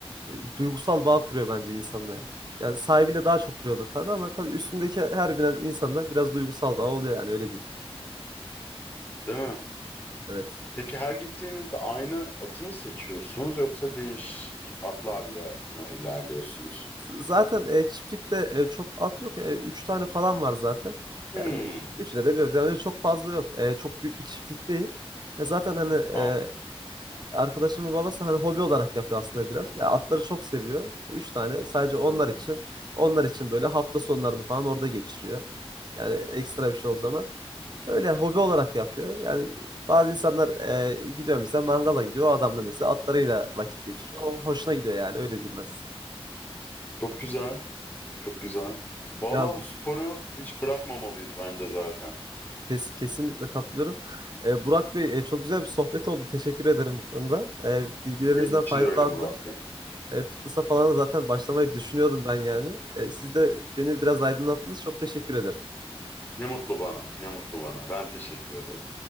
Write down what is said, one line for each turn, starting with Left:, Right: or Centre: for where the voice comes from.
Right: e, duygusal bağ kuruyor bence insanla. ya. Yani sahibiyle daha çok kuruyordur tabii ama tabii üstündeki her binen insanla biraz duygusal bağ oluyor yani öyle diyeyim.
Left: Değil mi?
Right: Evet.
Left: Peki her gittiğinizde aynı atı mı seçiyorsunuz yoksa değişik atlarla mı ilerliyorsunuz?
Right: Zaten e, çiftlikte e, çok at yok. E, üç tane falan var zaten.
Left: Hmm,
Right: Yani üçüne de biliyoruz. Yani öyle çok fazla yok. E, çok büyük bir çiftlik değil. E, zaten hani e,
Left: anladım.
Right: arkadaşımın babası hani hobi olarak yapıyor aslında biraz. Ya atları çok seviyor. Üç tane sadece onlar
Left: Anladım.
Right: için. Onlar için böyle hafta sonlarını falan orada geçiriyor. Yani ekstra bir şey o zaman. Öyle yani hobi olarak yapıyor. Yani bazı insanlar e, gidiyor mesela mangala gidiyor. O adam da mesela atlarıyla vakit geçiriyor. O hoşuna gidiyor yani öyle diyeyim ben size.
Left: Çok güzel, çok güzel. Vallahi
Right: Ya
Left: bu sporu hiç bırakmamalıyız bence zaten.
Right: Kes, kesinlikle katılıyorum. Ee, Burak Bey e, çok güzel bir sohbet oldu. Teşekkür ederim bu konuda. Ee, bilgilerinizden
Left: Benim için
Right: faydalandım.
Left: de öyle Murat Bey.
Right: Ee, fitness'a falan da zaten başlamayı düşünüyordum ben yani. Ee, siz de beni biraz aydınlattınız. Çok teşekkür ederim.
Left: Ne mutlu bana, ne mutlu bana. Ben teşekkür ederim.